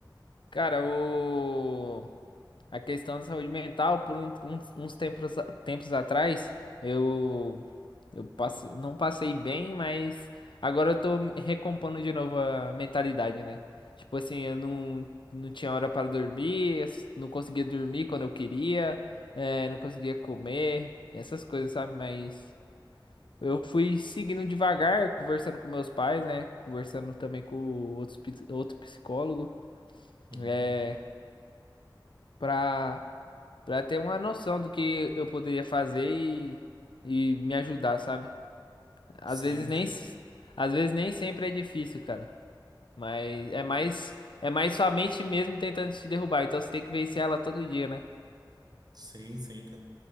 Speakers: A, on the left (about 85°); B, on the right (about 55°).
A: Cara, o... a questão da saúde mental, por um- uns, uns tempos, tempos atrás, eu, eu passe- não passei bem, mas agora eu tô recompondo de novo a mentalidade, né? Tipo assim, eu não, não tinha hora para dormir, es- não conseguia dormir quando eu queria, eh, não conseguia comer, essas coisas, sabe? Mas eu fui seguindo devagar, conversando com meus pais, né? Conversando também com outros, pi- outro psicólogo.
B: Uhum.
A: eh, pra, pra ter uma noção do que eu poderia fazer e, e me ajudar, sabe? Às
B: Sim,
A: vezes nem,
B: cara.
A: s- às vezes nem sempre é difícil, cara. Mas é mais, é mais sua mente mesmo tentando te derrubar. Então você tem que vencer ela todo dia, né?
B: Sim, sim, cara.